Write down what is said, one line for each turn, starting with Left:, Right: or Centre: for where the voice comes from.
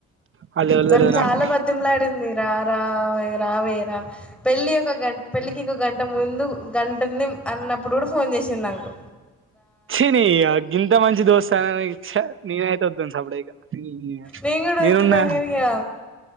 Right: వాళ్ళు ఎవలో
Centre: నన్ను
Right: తెల్వదు
Centre: చాలా
Right: నాకు
Centre: బదిమలాడింది రా రా వే రావే రావే పెళ్ళి ఒక గం పెళ్ళికి ఇంకో గంట ముందు గంటుంది అన్నప్పుడు కూడా ఫోన్ చేసింనాకు
Right: చీ నీయ గింత మంచి దోస్ స్త చ్చ నేనయితే వద్దను సబుడేక నేయ
Centre: నేను కూడా
Right: నేనున్నా
Centre: వచ్చేదాన్ని కానీ ఇక